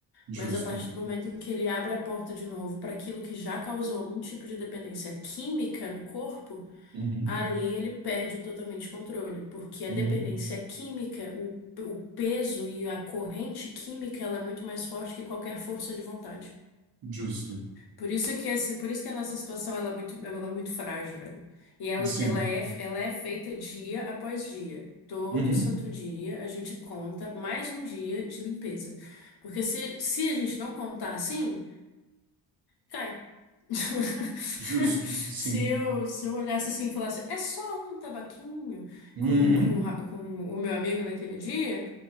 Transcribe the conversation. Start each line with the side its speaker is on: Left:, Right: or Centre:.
Right: Justo.
Left: Mas a partir do momento em que ele abre a porta de novo para aquilo que já causou algum tipo de dependência química no corpo,
Right: Uhum.
Left: ali ele perde totalmente o controle, porque a
Right: Uhum.
Left: dependência química, o, o peso e a corrente química, ela é muito mais forte que qualquer força de vontade.
Right: Justo.
Left: Por isso que esse, por isso que a nossa situação ela é muito, ela é muito frágil, velho. E ela,
Right: Sim.
Left: ela é, ela é feita dia após dia. Todo
Right: Uhum.
Left: santo dia a gente conta mais um dia de limpeza. Porque se, se a gente não contar assim, cai. <laughs>
Right: Justo.
Left: Se
Right: Sim.
Left: eu, se eu olhasse assim e falasse, é só um tabaquinho
Right: Uhum,
Left: com, com, ra- com o meu amigo naquele dia,